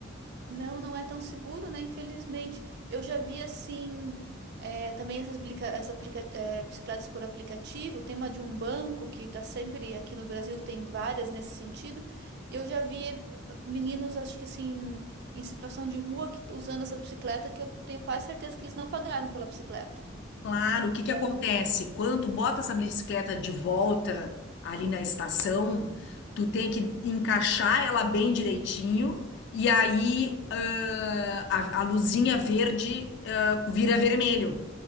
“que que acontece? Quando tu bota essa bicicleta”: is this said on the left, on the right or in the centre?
Left